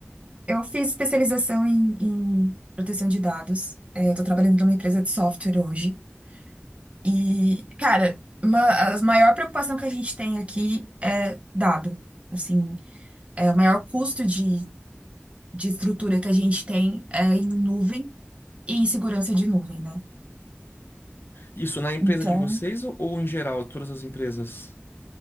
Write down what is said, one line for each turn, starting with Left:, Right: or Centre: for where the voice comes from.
Right: Eu fiz especialização em, em proteção de dados. É, eu tô trabalhando numa empresa de software hoje. E, cara, uma, a maior preocupação que a gente tem aqui é dado. Assim, é o maior custo de de estrutura que a gente tem é em nuvem e em segurança de nuvem, né?
Left: Isso na empresa
Right: Então,
Left: de vocês ou, ou em geral, todas as empresas?